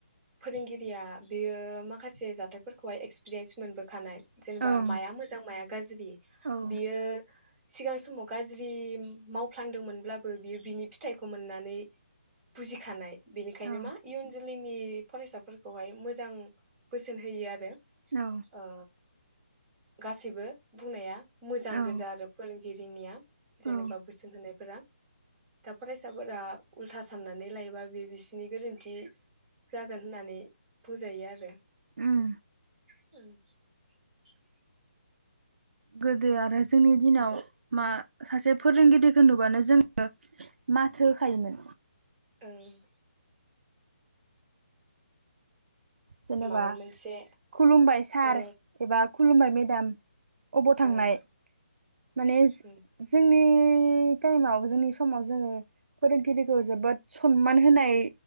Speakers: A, on the right; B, on the right.
A: फोरोंगिरिया बेयो माखासे जाथायफोरखौहाय एक्सपिरियेन्स मोनबोखानाय। जेनेबा
B: ओं
A: माया मोजां माया जुदि
B: औ
A: बियो सिगां समाव गाज जिम मावफ्लांदोंमोनब्लाबो बियो बिनि फिथाइखौ मोननानै बुजिखानाय। बेनिखायनो
B: औ
A: मा इयुन जो <unintelligible> नि फरायसाफोरखौहाय मोजां बोसोन होयो आरो।
B: औ
A: ओ गासैबो बुंनाया मोजां
B: औ
A: गोजा आरो फोरों गिरिनिया जेनेबा
B: औ
A: बोसोन होनायफोरा दा फरायसाफोरा उल्था साननानै लायोबा बे बिसिनि गोरोन्थि जागोन होननानै बुंजायो आरो।
B: उम
A: औ
B: गोदो आरो जोंनि दिनाव मा सासे फोरोंगिरिखो नुबानो जोङो माथो होखायोमोन।
A: ओं
B: जेनेबा
A: माबा मोनसे
B: खुलुमबाय सार
A: ओ
B: एबा खुलुमबाय मेदाम अबाव थांनाय?
A: ओं
B: माने
A: ओं
B: जोंनि नि टाइमाव जोंनि समाव जोङो फोरोंगिरिखौ जोबोद सनमान होनाय